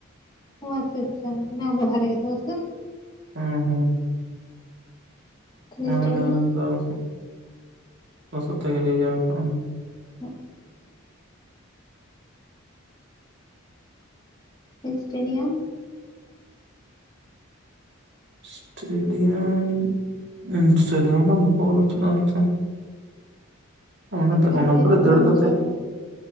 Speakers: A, on the left (about 20°); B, on the right (about 55°).
A: ᱚᱸ ᱟᱪᱪᱷᱟ ᱟᱪᱪᱷᱟ ᱢᱟᱱᱮ ᱟᱵᱚ ᱫᱷᱟᱨᱮ ᱜᱮᱛᱚ ᱦᱮᱥᱮ
B: ᱦᱮᱸ ᱦᱮᱸ
A: ᱛᱟᱦᱞᱮ
B: <unintelligible>
A: ᱥᱴᱮᱰᱤᱭᱟᱢ
B: ᱞᱚᱥᱚᱜ ᱛᱮᱜᱮ <unintelligible> ᱠᱚᱜ ᱟᱢ
A: <inaudible> ᱮᱥᱴᱮᱰᱤᱭᱟᱢ
B: ᱮᱥᱴᱮᱰᱤᱭᱟᱢ ᱮᱥᱴᱮᱰᱤᱭᱟᱢ ᱫᱚ ᱵᱟᱠᱚ ᱵᱚᱞᱚ ᱦᱚᱪᱚᱣᱟᱜ ᱟ ᱦᱚᱭᱛᱚ ᱚᱱᱟ
A: ᱪᱮᱫ ᱠᱟᱱ
B: ᱚᱱᱟ
A: ᱵᱚᱭᱦᱟ
B: ᱠᱚᱨᱮ
A: ᱫᱚ
B: ᱫᱟᱹᱲ
A: ᱵᱚᱞ
B: ᱠᱟᱛᱮ
A: ᱦᱚᱪᱚᱣᱟᱠᱚ